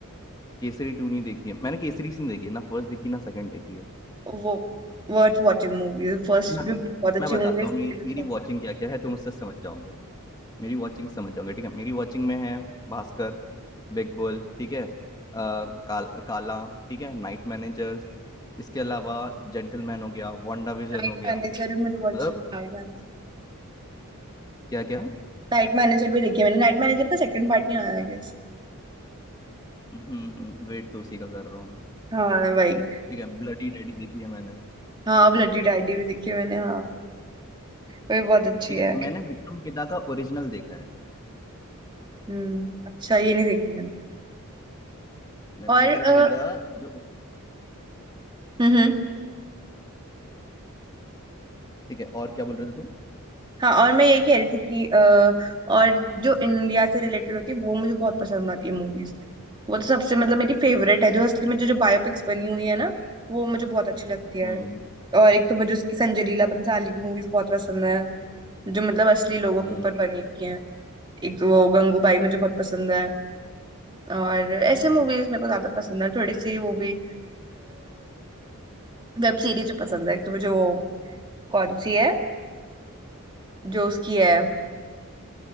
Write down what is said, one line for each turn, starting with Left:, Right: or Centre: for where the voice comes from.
Left: केसरी टू नहीं देखी है मैंने केसरी सीन देखी है ना फर्स्ट देखी ना सेकंड देखी है
Right: वो वर्थ वॉचिंग मूवी फर्स्ट
Left: मैं
Right: भी बहुत अच्छी
Left: मैं बताता
Right: मूवी
Left: हूँ मेरी,
Right: है,
Left: मेरी वॉचिंग क्या क्या है तुम उससे समझ जाओगे मेरी वॉचिंग समझ जाओगे ठीक है मेरी वॉचिंग में है भास्कर बिग बुल ठीक है आ, काल, काला ठीक है नाइट मैनेजर्स इसके अलावा जेंटलमैन हो गया वांडा विजन
Right: नाइट
Left: हो गया
Right: मैनेजर भी मुझे
Left: मतलब
Right: बहुत अच्छी लगती है नाइट मैनेजर
Left: क्या क्या
Right: नाइट मैनेजर भी देखी है मैंने नाइट मैनेजर का सेकंड पार्ट नहीं आया गेस
Left: हम्म वेट तो उसी का कर रहा हूँ मैं
Right: हाँ भाई
Left: ठीक है ब्लडी रेडी देखी है मैंने
Right: हाँ ब्लडी डैडी भी देखी है मैंने हाँ वो भी बहुत अच्छी
Left: ठीक
Right: है
Left: है मैंने विक्रम वेदा का ओरिजिनल देखा है
Right: हम्म अच्छा ये नहीं देखी मैंने
Left: मैं-
Right: और
Left: विक्रम
Right: अ,
Left: वेदा जो
Right: हम्म
Left: ठीक है और क्या बोल रहे थे तुम
Right: हाँ और मैं यही कह रही थी कि अ, और जो इंडिया से रिलेटेड होती है वो मुझे बहुत पसंद आती है मूवीज वो तो सबसे मतलब मेरी फेवरेट है जो असली में जो जो बायोपिक्स बनी हुई है ना वो मुझे बहुत अच्छी लगती है
Left: हम्म
Right: और एक तो मुझे उसकी संजय लीला बंसाली की मूवीज बहुत पसंद है जो मतलब असली लोगों के
Left: हम्म
Right: ऊपर बनी हुई है एक तो वो गंगूबाई मुझे बहुत पसंद है और ऐसे
Left: हम्म
Right: मूवीज मेरे को ज्यादा पसंद है थोड़ी सी वो भी वेब सीरीज पसंद है एक तो मुझे वो कौन सी है जो उसकी है